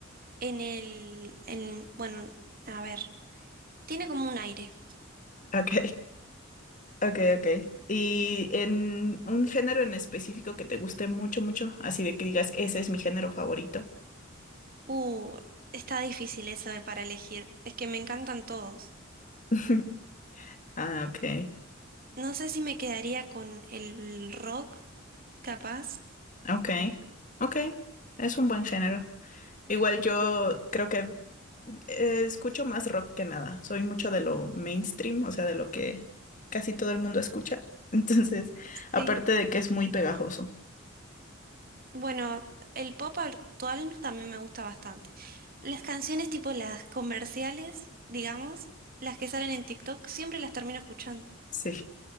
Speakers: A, on the right; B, on the left.
A: En el, en, bueno, a ver, tiene como un aire.
B: <laughs> Ok. Ok, ok. ¿Y en un género en específico que te guste mucho, mucho? Así de que digas, ese es mi género favorito.
A: Uh, está difícil eso de para elegir. Es que me encantan todos.
B: <laughs> Ah, ok.
A: No sé si me quedaría con el rock, capaz.
B: Ok. Ok. Es un buen género. Igual yo creo que eh, escucho más rock que nada. Soy mucho de lo mainstream, o sea, de lo que casi todo el mundo escucha. <laughs> Entonces, aparte
A: Sí.
B: de que es muy pegajoso.
A: Bueno, el pop actual también me gusta bastante. Las canciones tipo las comerciales, digamos, las que salen en TikTok, siempre las termino escuchando.
B: Sí.